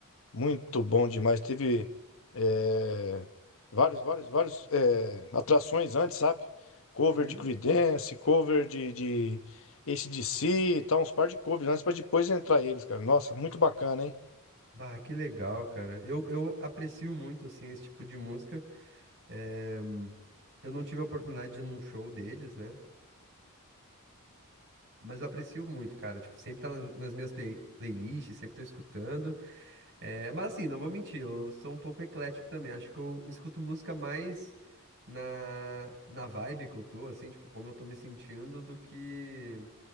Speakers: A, on the left; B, on the right.
A: Muito bom demais. Teve eh, vários, vários, vários eh, atrações antes, sabe? Cover
B: Uhum.
A: de Creedence, cover de, de AC/DC e tal, uns par de covers antes pra depois entrar eles, cara. Nossa, muito bacana, hein?
B: Bah, que legal, cara. Eu, eu aprecio muito, assim, esse tipo de música. É, Eu não tive a oportunidade de ir num show deles, né? Mas eu aprecio muito, cara. Tipo, sempre tá nas nas minhas play- playlists, sempre tô escutando. É, mas assim, não vou mentir, eu sou um pouco eclético também. Acho que eu escuto música mais na, na vibe que eu tô, assim, tipo, como eu tô me sentindo, do que